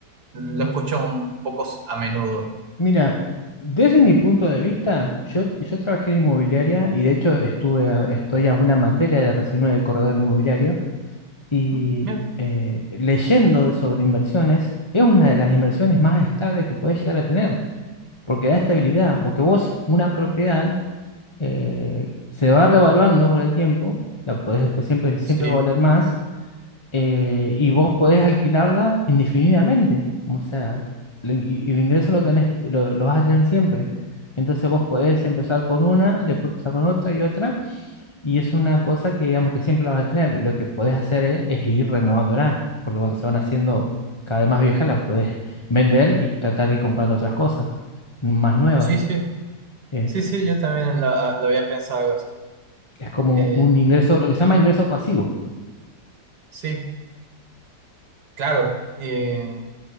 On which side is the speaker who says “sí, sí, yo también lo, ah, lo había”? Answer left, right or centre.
Right